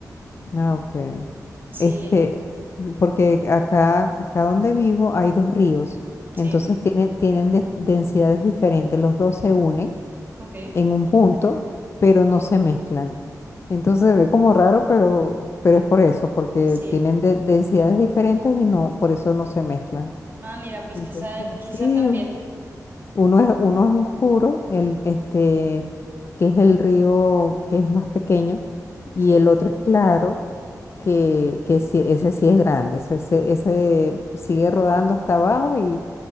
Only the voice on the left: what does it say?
Ah, ok.
Este, y porque acá, acá donde vivo hay dos ríos,
entonces tienen, tienen des- densidades diferentes. Los dos se unen
en un punto, pero no se mezclan. Entonces se ve como raro, pero, pero es por eso, porque
tienen de- densidades diferentes y no, por eso no se mezclan.
Entonces,
sí,
Uno es, uno es oscuro, el, este, que es el río que es más pequeño, y
el otro es claro, que, que sí- ese sí es grande, ese, ese- ese sigue rodando hasta abajo y,